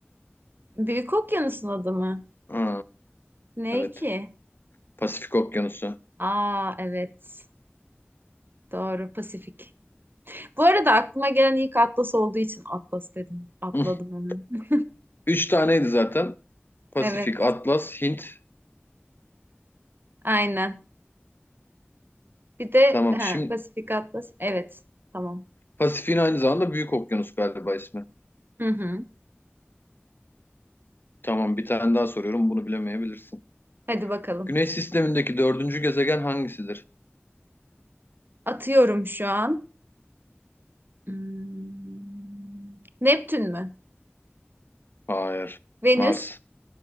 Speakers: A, on the right; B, on the left.
A: Büyük Okyanus'un adı mı?
B: Ha,
A: Ne
B: evet.
A: ki?
B: Pasifik Okyanusu.
A: Aa evet. Doğru Pasifik. Bu arada aklıma gelen ilk Atlas olduğu için Atlas dedim. Atladım
B: <laughs>
A: hemen.
B: Üç taneydi zaten. Pasifik,
A: <laughs> Evet.
B: Atlas, Hint.
A: Aynen. Bir de
B: Tamam.
A: he,
B: Şimdi
A: Pasifik Atlas. Evet. Tamam.
B: Pasifik'in aynı zamanda Büyük Okyanus galiba ismi.
A: Hı hı.
B: Tamam bir tane daha soruyorum bunu bilemeyebilirsin.
A: Hadi bakalım.
B: Güneş sistemindeki dördüncü gezegen hangisidir?
A: Atıyorum şu an. Hmm. Neptün mü?
B: Hayır.
A: Venüs.
B: Mars.